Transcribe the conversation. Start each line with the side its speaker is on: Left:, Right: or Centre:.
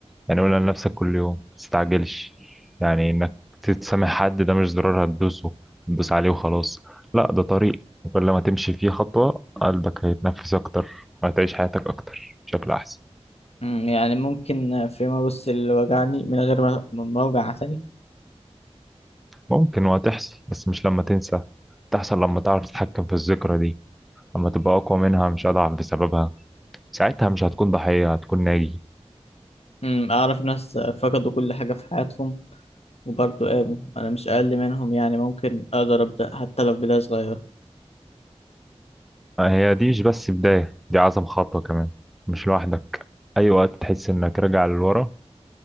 Centre: يعني قول لنفسك كل يوم متستعجلش يعني انك تتسامح حد ده مش زرار هتدوسه هتدوس عليه وخلاص لا ده طريق وكل ما تمشي فيه خطوة قلبك هيتنفس أكتر وهتعيش حياتك أكتر بشكل أحسن
Left: مم، يعني ممكن آه، فيما بص اللي وجعني من غير ما ما اوجع تاني
Centre: ممكن وهتحصل بس مش لما تنسى تحصل لما تعرف تتحكم في الذكرى دي لما تبقى أقوى منها مش أضعف بسببها ساعتها مش هتكون ضحية هتكون ناجي
Left: مم، اعرف ناس آه، فقدوا كل حاجة في حياتهم وبرضه قاموا انا مش اقل منهم يعني ممكن اقدر ابدأ حتى لو بداية صغيرة
Centre: هي دي مش بس بداية دي أعظم خطوة كمان مش لوحدك أي وقت تحس إنك راجع للورا